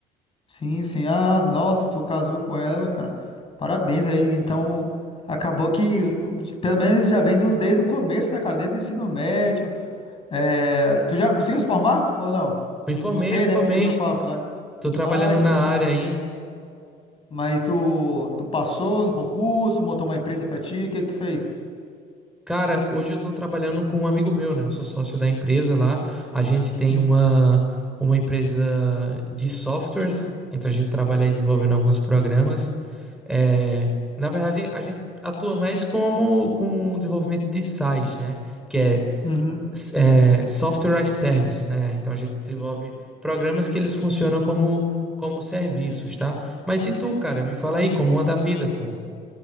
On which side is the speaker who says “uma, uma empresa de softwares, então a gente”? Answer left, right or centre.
Centre